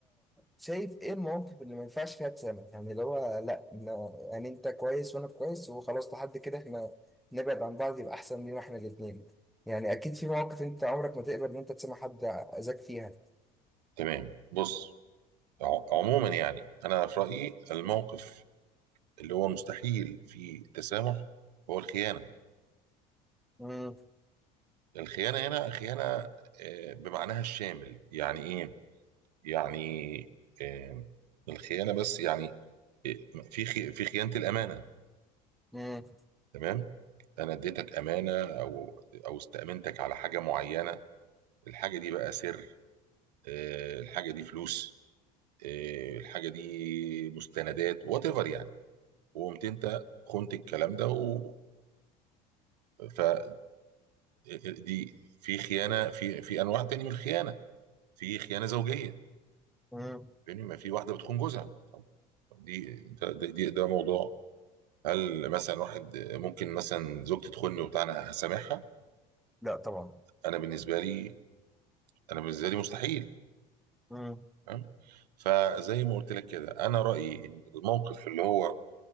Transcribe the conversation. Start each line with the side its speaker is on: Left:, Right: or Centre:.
Centre: شايف ايه المواقف اللي ما ينفعش فيها تسامح يعني اللي هو لا إن- يعني انت كويس وانا كويس وخلاص لحد كده احنا نبعد عن بعض يبقى احسن لينا احنا الاتنين يعني اكيد في مواقف انت عمرك ما تقبل ان انت تسامح حد اذاك فيها
Right: تمام بص ع- عموما يعني انا في رأيي الموقف اللي هو مستحيل فيه تسامح هو الخيانة
Centre: امم
Right: الخيانة هنا خيانة آه، بمعناها الشامل يعني ايه يعني آه، الخيانه بس يعني آه، في خي- في خيانه الامانه
Centre: امم
Right: تمام انا اديتك امانه او او استامنتك على حاجه معينه الحاجه دي بقى سر آه، الحاجه دي فلوس آه، الحاجه دي مستندات وات ايفر يعني وقمت انت خنت الكلام ده و... ف آه، آه، دي في خيانه في في انواع تاني من الخيانه في خيانه زوجيه
Centre: امم
Right: يعني ما في واحده بتخون جوزها طب دي ده, ده, دي- ده موضوع هل مثلا واحد ممكن مثلا زوجتي تخوني وبتاع انا هسامحها
Centre: لا طبعا
Right: انا بالنسبه لي انا بالنسبه لي مستحيل
Centre: مم.
Right: تمام فزي ما قلت لك كده انا رايي ان الموقف اللي هو